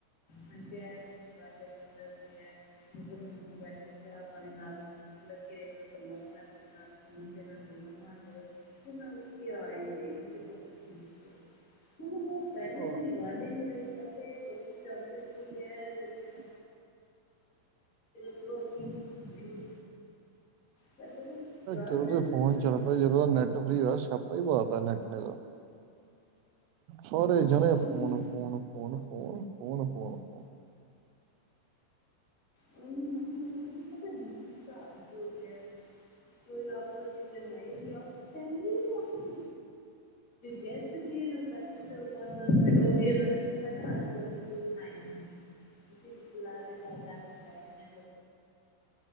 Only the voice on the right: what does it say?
ਅੱਛਾ
<inaudible>
ਜਦੋਂ
ਤੇ
ਫੋਨ ਚੱਲ
ਪਿਆ ਜਦੋਂ ਦਾ ਨੈੱਟ ਫਰੀ ਹੋਇਆ ਸਪਾ ਹੀ ਪਾ ਤ ਨੈਟ ਨੇ ਦਾ। ਸਾਰੇ ਜਣੇ
ਫੋਨ ਫੋਨ ਫੋਨ ਫੋ ਫੋ ਫੋਨ ਫਨ। <inaudible>